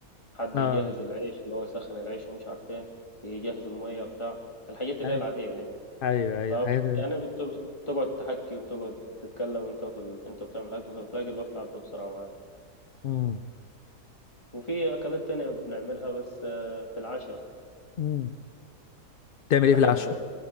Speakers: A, on the left (about 20°); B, on the left (about 60°).
A: حد
B: اه
A: يجهز العيش اللي هو يسخن العيش ومش عارف ايه يجهز المية بتاع الحاجات اللي
B: ايوه
A: هي العادية دي
B: ايوه ايوه
A: فبت...
B: حاجات
A: يعني بت... بتقعد تحكي وبتقعد تتكلم انت في ال... انت بتعمل اكل فبتلاقي الوقت عدى بسرعة معاك
B: امم
A: وفي اكلات تانية بنعملها بس آه، في العشاء
B: امم تعمل ايه
A: بحب
B: في العشاء